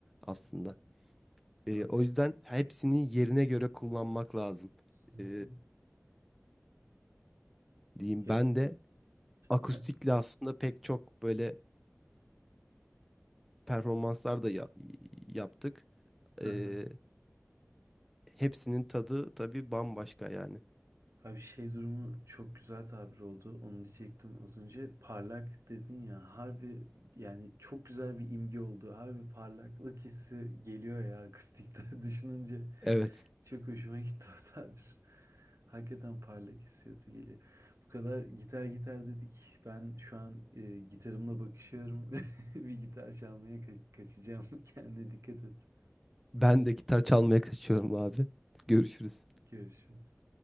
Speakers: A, in the centre; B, on the right.
A: aslında. E,
B: Evet.
A: o yüzden hepsini yerine göre kullanmak lazım.
B: Hı
A: E,
B: hı.
A: diyeyim
B: Ya,
A: ben de akustikle
B: ya-
A: aslında pek çok böyle performanslar da ya- yaptık.
B: hı
A: Ee,
B: hı.
A: hepsinin tadı tabii bambaşka yani.
B: Abi şey durumu çok güzel tabir oldu. Onu diyecektim az önce. Parlak dedin ya. Harbi yani çok güzel bir imge oldu. Harbi parlaklık hissi geliyor ya akustikte <laughs> düşününce.
A: Evet.
B: Çok hoşuma gitti o tabir. Hakikaten parlak hissiyatı geliyor. Bu kadar gitar gitar dedik. Ben şu an e, gitarımla bakışıyorum. <laughs> Bir gitar çalmaya kaç- kaçacağım. <laughs> Kendine dikkat et.
A: Ben de gitar çalmaya kaçıyorum abi. Görüşürüz.
B: Görüşürüz.